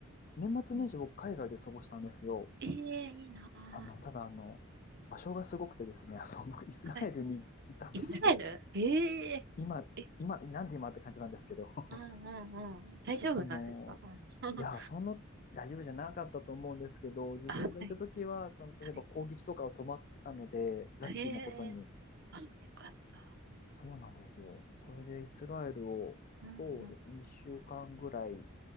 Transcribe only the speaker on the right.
うんええいいなぁ。
はい。イスラエルええ
え、
うんうんうん。大丈夫なんですかうん。
<laughs>
あ、はい。
はい。
ええあ、よかった。
うんうん。